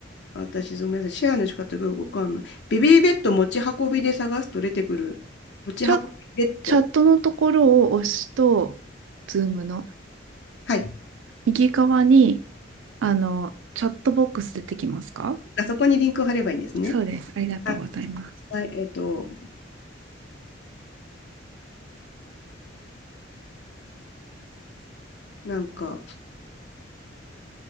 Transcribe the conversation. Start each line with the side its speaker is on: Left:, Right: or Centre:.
Left: 私、ごめんなさい。シェアの仕方がよくわかんない。ベビーベッド持ち運びで探すと出てくる。持ち運びベッド。
Right: チャ、チャットのところを押すと、ズームの
Left: はい。
Right: 右側に、あの、チャットボックス出てきますか
Left: あそこにリンクを貼ればいいんですね。
Right: そうです。ありがとうございます。
Left: はい。はい、えっと、なんか、